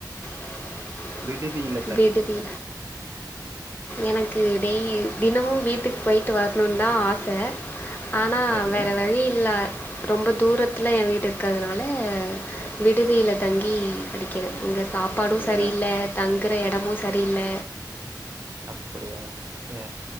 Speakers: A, on the left; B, on the right.
A: <unintelligible>
B: விடுதியில்
A: பீட்டுதி எனக்கு டெய் தினமும் வீட்டுக்கு போயிட்டு வரணுன்னு தா ஆச ஆனா
B: சரி
A: வேற வழி இல்ல ரொம்ப தூரத்துல ஏ வீடு இருக்கறனால விடுதியில தங்கி படிக்கிறே இங்க சாப்பாடு
B: அப்படியா
A: சரியில்ல தங்குகற எடமு சரியில்ல
B: அப்படியா ஏ